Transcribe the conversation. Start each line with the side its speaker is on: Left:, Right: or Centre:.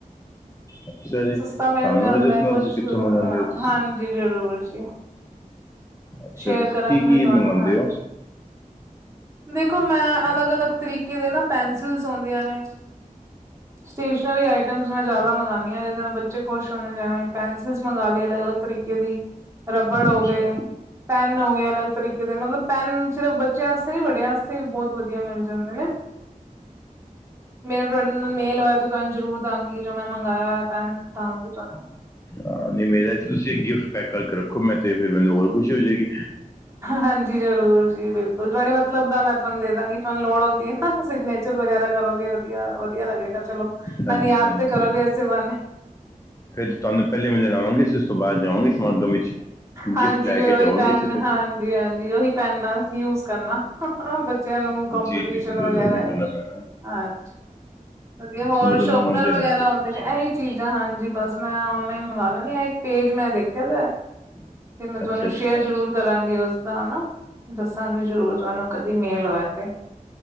Left: ਅੱਛਾ ਜੀ
Right: ਸਸਤਾ ਮਿਲ
Left: ਸਾਨੂੰ
Right: ਜਾਂਦਾ
Left: ਵੀ ਦੱਸਣਾ
Right: ਐ, ਕੁਛ,
Left: ਤੁਸੀਂ ਕਿੱਥੋਂ ਮੰਗਾਂਦੇ ਹੋ ਤੁਸੀਂ
Right: ਹਾਂਜੀ ਜ਼ਰੂਰ ਜੀ।
Left: ਅੱਛਾ
Right: ਸ਼ੇਅਰ
Left: ਤੁਸੀਂ
Right: ਕਰਾਂਗੀ
Left: ਕੀ ਕੀ
Right: ਮੈਂ ਤੁਹਾਨੂੰ
Left: ਮੰਗਾਂਦੇ
Right: ਹਾਂ
Left: ਓ?
Right: ਦੇਖੋ ਮੈਂ ਅਲੱਗ ਅਲੱਗ ਤਰੀਕੇ ਦੇ ਨਾ ਪੈਨਸਿਲਸ ਹੋਂਦੀਆਂ ਨੇ, ਸਟੇਸ਼ਨਰੀ ਆਈਟਮਸ ਮੈਂ ਜ਼ਿਆਦਾ ਮੰਗਾਂਨੀ ਆਂ, ਜਿਹਦੇ ਨਾਲ ਬੱਚੇ ਖੁਸ਼ ਹੁੰਦੇ ਜੇਵੇਂ ਪੈਨਸਿਲਸ ਮੰਗਵਾ ਲੀਏ ਅਲੱਗ ਅਲੱਗ ਤਰੀਕੇ ਦੀ। ਰੱਬੜ
Left: ਅੱਛਾ
Right: ਹੋ ਗੇ ਪੈਨ ਹੋ ਗੇ ਅਲੱਗ ਤਰੀਕੇ ਦੇ ਮਤਲਬ ਪੈਨ ਸਿਰਫ ਬੱਚਿਆਂ ਆਸਤੇ ਨੀ ਵੱਡਿਆਂ ਆਸਤੇ ਵੀ ਬਹੁਤ ਵਧੀਆ ਮਿਲ ਜਾਂਦੇ ਨੇ। ਮੇਰਾ ਤੁਆਡੇ ਨਾਲ ਮੇਲ ਹੋਇਆ ਤਾਂ ਤੁਹਾਨੂੰ ਜ਼ਰੂਰ ਦਾਂਗੀ ਜੋ ਮੈਂ ਮੰਗਾਇਆ ਹੋਇਆ ਪੈਨ ਦਾਂਗੀ ਤੁਆਨੂੰ।
Left: ਹਾਂ ਨਹੀਂ ਮੇਰਾ ਤੇ ਤੁਸੀਂ ਗਿਫਟ ਪੈਕ ਕਰਕੇ ਰੱਖੋ ਮੈਂ ਤੇ ਫਿਰ ਮੈਨੂੰ ਹੋਰ ਖੁਸ਼ੀ ਹੋ ਜੇਗੀ।
Right: ਹਾਂਜੀ ਜ਼ਰੂਰ ਜੀ ਬਿਲਕੁਲ ਤੁਆਡੇ ਵਾ ਮਤਲਬ ਦਾ ਮੈਂ ਤੁਹਾਨੂੰ ਦੇ ਦਾਂਗੀ ਤੁਹਾਨੂੰ ਲੋੜ ਆਉਂਦੀ ਏ ਨਾ, ਸਿਗਨੇਚਰ ਵਗੈਰਾ ਕਰੋਗੇ ਵਧੀਆ ਵਧੀਆ ਲੱਗੇਗਾ ਚਲੋ। ਮੈਨੂੰ
Left: ਹਾਂਜੀ
Right: ਯਾਦ
Left: ਹਾਂਜੀ।
Right: ਤੇ ਕਰੋਗੇ ਇਸੇ ਬਹਾਨੇ
Left: ਫੇਰ ਤੇ ਤੁਆਨੂੰ ਪਹਿਲੇ ਮਿਲਣ ਆਵਾਂਗੇ ਉਸ ਤੋਂ ਬਾਅਦ ਜਾਵਾਂਗੇ ਸਮਾਗਮ ਵਿੱਚ
Right: ਹਾਂਜੀ
Left: ਗਿਫਟ ਲੈ
Right: ਫੇਰ
Left: ਕੇ
Right: ਓਹੀ
Left: ਜਾਵਾਂਗੇ
Right: ਪੈਨ,
Left: ਅਸੀਂ ਤੇ
Right: ਹਾਂਜੀ ਹਾਂਜੀ, ਓਹੀ ਪੈਨ ਨਾਲ ਯੂਜ਼ ਕਰਨਾ ਵਧ ਬੱਚਿਆਂ ਨੂੰ ਕੌਪੰਟੀਸ਼ਨ
Left: ਜੀ ਜੀ ਬਿਲਕੁਲ
Right: ਵਗੈਰਾ
Left: ਉਵੇਂ ਕਰਨਾ
Right: ਚ
Left: ਪੈਣਾ
Right: ਹਾਂਜੀ ਵਧੀਆ ਹੋਰ
Left: ਤੁਸੀਂ ਮਦਦ
Right: ਸ਼ੋਪਨਰ
Left: ਮੰਗਾਉਂਦੇ
Right: ਵਗੈਰਾ
Left: ਰਹਿੰਦੇ ਹੋ
Right: ਆਉਂਦੇ
Left: ਅੱਛਾ
Right: ਨੇ ਇਹੀ ਚੀਜ਼ਾਂ। ਹਾਂਜੀ ਬਸ ਮੈਂ ਓਨਲਾਈਨ ਮੰਗਾ ਲੈਨੀ ਆਂ, ਇੱਕ ਪੇਜ ਮੈਂ ਦੇਖਿਆ ਦਾ ਐ। ਤੇ ਮੈਂ
Left: ਅੱਛਾ
Right: ਤੁਹਾਨੂੰ
Left: ਅੱਛਾ
Right: ਸ਼ੇਅਰ ਜ਼ਰੂਰ ਕਰਾਂਗੀ ਉਸ ਤਾਂ ਨਾ, ਦੱਸਾਂਗੀ ਜ਼ਰੂਰ ਤੁਹਾਨੂੰ ਕਦੀ ਮੇਲ ਹੋਇਆ ਤੇ।